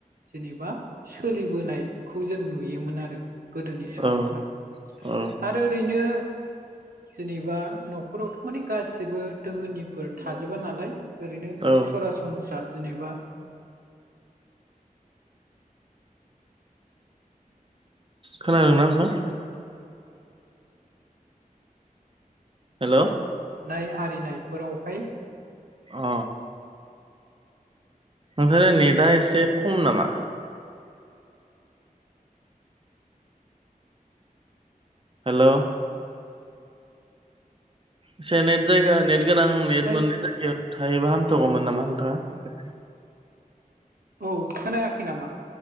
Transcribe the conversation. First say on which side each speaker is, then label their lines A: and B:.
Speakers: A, on the right; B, on the right.
A: जेनेबा सोलिबोनायखौ जों नुयोमोन आरो। गोदोनि समावहाय।
B: औ औ
A: आरो ओरैनो जोंनि बा न'खरावथ' माने गासिबो दोहोनिफोर थाजोबा नालाय ओरैनो
B: औ
A: सारा सनस्रा जेनेबा
B: खोनादोंना नोंथां? हेलौ
A: नाय आरिनायफोराव हाय
B: अ नोंथोरा नेटआ एसे खम नामा? हेलौ एसे नेट जायगा नेट गोनां नेट
A: नाय
B: मोननाय जायगायाव थायोबा हामथगौमोन नामा नोंथाङा ए
A: औ खोनायाखै नामा?